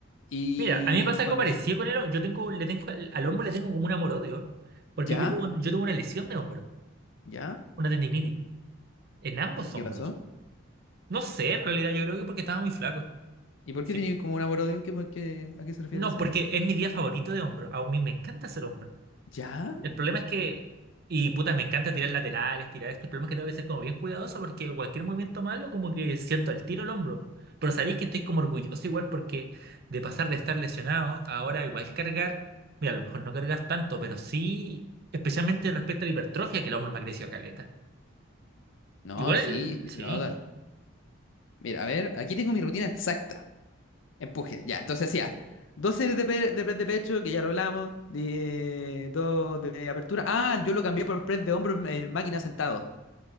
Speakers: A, on the left; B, on the right.
A: Y
B: Mira, a mí me pasa
A: bueno,
B: algo parecido
A: sí.
B: con el hombro. Yo tengo, le tengo, al al hombro le tengo como un amor-odio. Porque
A: ¿ya?
B: yo tuve, yo tuve una lesión de hombro,
A: ¿Ya?
B: una tendinitis, en ambos
A: ¿Qué
B: hombros.
A: pasó?
B: No sé, en realidad yo creo que porque estaba muy flaco.
A: ¿Y por
B: Sí.
A: qué tenía como un amor-odio? ¿Qué, por qué- a qué se refiere
B: No,
A: eso?
B: porque es mi día favorito de hombro. A mí me encanta hacer hombro.
A: ¿Ya?
B: El problema es que, y puta, me encanta tirar laterales, tirar esto. El problema es que tengo que ser como bien cuidadoso porque cualquier movimiento malo como que siento el tiro el hombro. Pero sabéis que estoy como orgulloso igual porque de pasar de estar lesionado, ahora igual cargar, mira, a lo mejor no cargas tanto, pero sí, especialmente respecto a la hipertrofia, que el hombro me ha crecido caleta.
A: No,
B: Igual,
A: sí, sí
B: sí.
A: se nota. Mira, a ver, aquí tengo mi rutina exacta. Empuje, ya, entonces hacía dos series de, pe- de press de pecho, que ya lo hablamos, de, dos de apertura. Ah, yo lo cambié por press de hombro en, en máquina sentado,